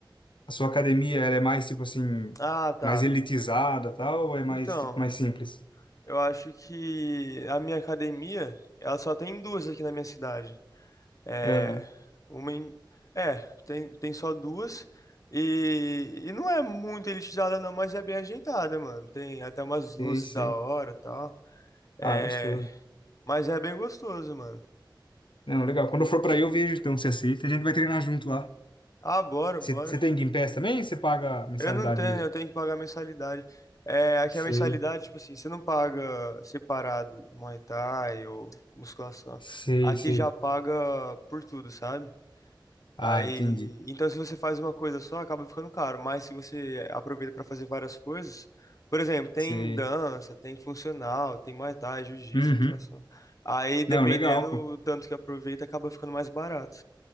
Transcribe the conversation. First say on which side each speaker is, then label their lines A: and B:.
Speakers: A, on the left; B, on the left.
A: A sua academia, ela é mais, tipo assim,
B: Ah, tá.
A: mais elitizada, tal, ou é mais,
B: Então,
A: tipo, mais simples?
B: eu acho que a minha academia, ela só tem duas aqui na minha cidade. É,
A: Aham,
B: uma em- é, tem, tem só duas. E, e não é muito elitizada, não, mas é bem ajeitada, mano. Tem até umas luzes
A: sei, sei.
B: da hora e tal.
A: Ah,
B: É,
A: gostoso.
B: mas é bem gostoso, mano.
A: Não, legal. Quando eu for pra aí, eu vejo, então, se aceita. A gente vai treinar junto lá.
B: Ah, bora,
A: Você
B: bora.
A: você tem Game Pass também? ou Você paga mensalidade
B: Eu não tenho,
A: mesmo?
B: eu tenho que pagar mensalidade. É, aqui
A: Sei,
B: a mensalidade, tipo assim, você não paga separado Muay Thai ou musculação.
A: sei,
B: Aqui
A: sei.
B: já paga por tudo, sabe?
A: Ah,
B: Aí,
A: entendi.
B: então se você faz uma coisa só, acaba ficando caro, mas se você aproveita para fazer várias coisas, por exemplo, tem
A: Sei.
B: dança, tem funcional, tem Muay Thai, jiu-jitsu,
A: Uhum.
B: musculação. Aí, dependendo
A: Não, legal, pô.
B: o tanto que aproveita, acaba ficando mais barato.